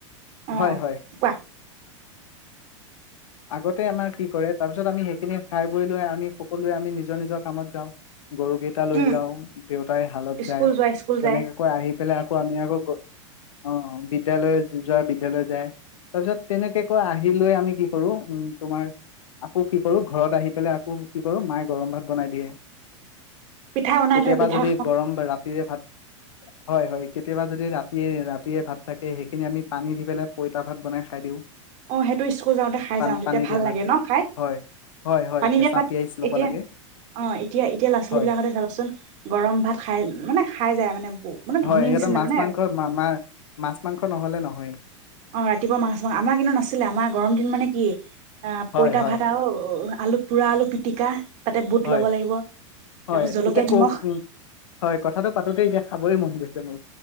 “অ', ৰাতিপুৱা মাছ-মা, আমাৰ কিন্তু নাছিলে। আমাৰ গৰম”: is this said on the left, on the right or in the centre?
Right